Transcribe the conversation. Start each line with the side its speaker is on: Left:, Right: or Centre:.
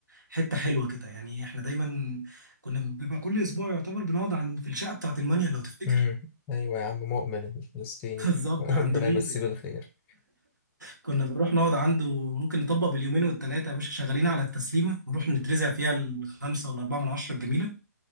Right: حته حلوه كده يعني احنا دايما كنا بيبقى كل اسبوع يعتبر بنقعد عن في الشقه بتاعه المانيا لو تفتكر
Left: أمم أيوه يا عم مؤمن الفلسطيني
Right: <laughs> بالظبط
Left: <laughs> ربنا
Right: عند مودك
Left: يمسيه بالخير
Right: كنا بنروح نقعد عنده ممكن نطبق باليومين والثلاثه يا باشا شغالين على التسليمه نروح نترزع فيها الخمسه والاربعه من عشره الجميله